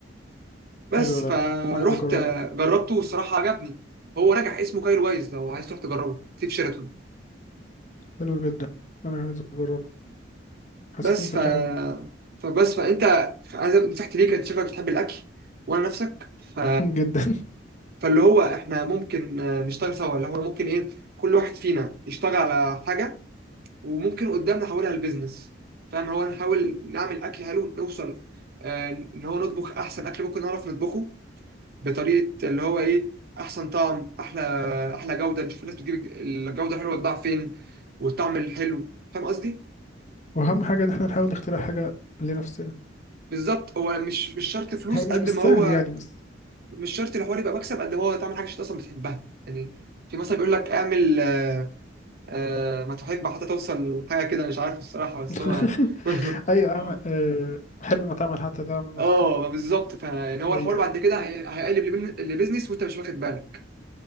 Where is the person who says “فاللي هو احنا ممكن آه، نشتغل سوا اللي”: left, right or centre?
Right